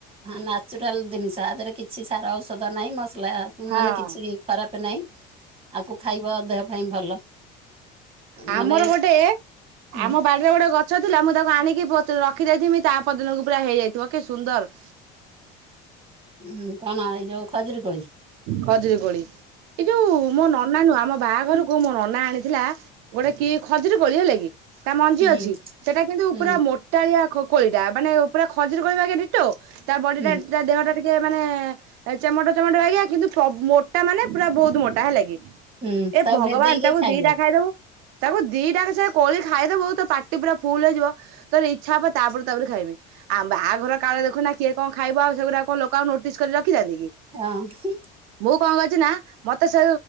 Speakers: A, on the right; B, on the right.
A: ନ୍ୟାଚୁରାଲ ଜିନିଷ ଆ ଦେହରେ କିଛି ସାର ଔଷଧ ନାହିଁ ମସଲା
B: ହଁ।
A: ମାନେ କିଛି ଖରାପ ନାହିଁ ଆକୁ ଖାଇବ ଦେହ ପାଇଁ ଭଲ
B: ଆମର
A: ମାନେ
B: ଗୋଟେ
A: ହୁଁ।
B: ଆମ ବାଲ ଗୋଟେ ଗଛ ଥିଲା ମୁଁ ତାକୁ ଆଣିକି ରଖି ଦେଇଥିବି ତା ପରଦିନକୁ ପୁରା ହେଇଯାଇଥିବ କି ସୁନ୍ଦର
A: ହୁଁ କଣ ଏଇ ଯୋଉ ଖଜୂରିକୋଳି?
B: ଖଜୁରୀ କୋଳି ଏଇ ଯୋଉ ମୋ ନନା ନୁହଁ ଆମ ବାହାଘରକୁ କୁ ମୋ ନନା ଆଣିଥିଲା ଗୋଟେ କି ଖଜୁରୀ କୋଳି ହେଲା କି ତା ମଞ୍ଜି
A: ହୁଁ
B: ଅଛି ସେଟା କିନ୍ତୁ
A: ହୁଁ
B: ପୁରା ମୋ ମୋଟାଳିଆ କୋଳି ଟା ମାନେ ପୁରା ଖଜୁରି କୋଳି ଭଳିଆ ଡିଟୋ‌ ତା ବଡି
A: ହୁଁ।
B: ଟା ଦେହଟା ଟିକେ ମାନେ ଚେମଟା ଚେମଟା ଆଜ୍ଞା କିନ୍ତୁ ପ୍ର ମୋଟା ମାନେ ପୁରା ବହୁତ ମୋଟା ହେଲା କି
A: ହୁଁ
B: ଏ
A: ତାକୁ
B: ଭଗବାନ
A: ଭେଦେଇକି
B: ତାଙ୍କୁ
A: ଖାଇବ
B: ଦିଟା ଖାଇ ଦବୁ ତାକୁ ଦିଟାକ ସେ କୋଳି ଖାଇଦବୁ ତ ପାଟି ପୁରା ଫୁଲ ହେଇିଯିବ ତୋ ଇଚ୍ଛା ହବ ତାପରେ ତାପରେ ଖାଇବି। ଆଉ ବାହାଘର କାଳେ ଦେଖୁନା କିଏ କଣ ଖାଇବ ଆଉ ସେଗୁଡା କଣ ଲୋକ ଆଉ ନୋଟିସ୍ସ କରି ରଖିଥାନ୍ତି କି?
A: <unintelligible>
B: ମୁଁ କଣ କରିଛି ନା ମତେ ସେ